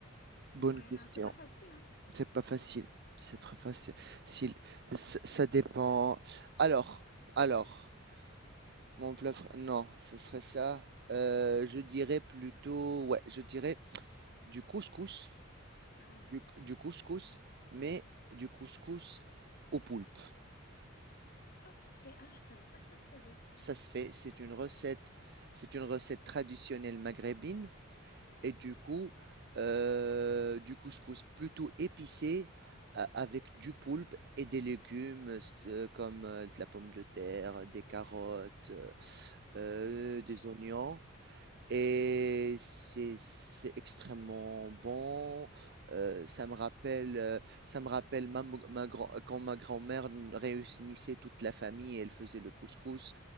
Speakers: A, on the right; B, on the left.
A: bonne
B: Ouais, hein,
A: question.
B: c'est pas facile, hein?
A: C'est pas facile. C'est pas facile. S'il- Ça ça dépend. Alors, alors, mon plat, fr- non, ce serait ça. Euh, je dirais plutôt, ouais, je dirais du couscous,
B: Ah ouais.
A: du, du couscous, mais du couscous au poulpe.
B: Ok, ah, je savais pas que ça se faisait.
A: Ça se fait. C'est une recette, c'est une recette traditionnelle maghrébine. et du coup, euh, du couscous plutôt épicé euh, avec du poulpe et des légumes euh, comme euh, de la pomme de terre, des carottes, euh, euh, des
B: Génial.
A: oignons. Et c'est c'est extrêmement bon. Euh, ça me rappelle, euh, ça me rappelle ma- ma grand- quand ma grand-mère réunissait toute la famille et elle faisait le couscous.